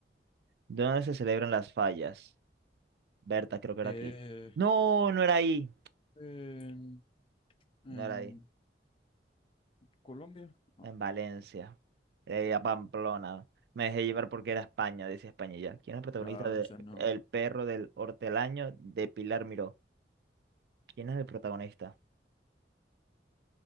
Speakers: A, on the right; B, on the left.
A: ¿Dónde se celebran las fallas? Berta, creo que era
B: Eh,
A: aquí. No, no era ahí.
B: en, en
A: No era ahí.
B: Colombia. No,
A: En Valencia. Era ir a Pamplona. Me dejé llevar porque era España, decía España y ya. ¿Quién es el protagonista
B: causa,
A: de
B: no.
A: El perro del hortelaño de Pilar Miró? ¿Quién es el protagonista?